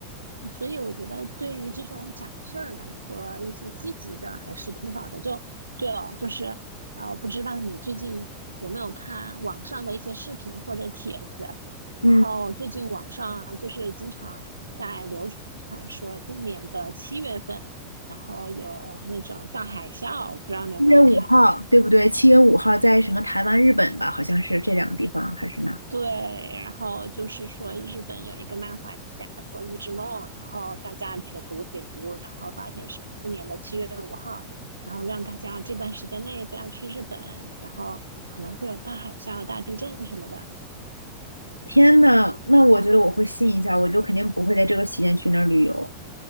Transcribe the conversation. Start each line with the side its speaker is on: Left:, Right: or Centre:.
Right: 所以我觉得对于这种假设来说，一些积极的还是挺好的。就对哦，就是啊，我不知道你最近有没有看网上的一些视频或者帖子，
Left: 嗯，
Right: 然后最近网上就是经常在流传说今年的七月份，然后有那种大海啸，我不知道你有没有看。
Left: 七月五号，对不对？七月五号在什么台湾、日本吧？好像是这两个地方，还是哪儿
Right: 对，然后就是说日本有一个漫画家做《预知梦》，然后大家解读解读，然后发现是今年的七月五号，然后让大家这段时间内不要去日本，然后可能会有大海啸、大地震什么的。
Left: 天呐，那我觉得我会信一下，我就肯定不会在这个期间去那儿旅游。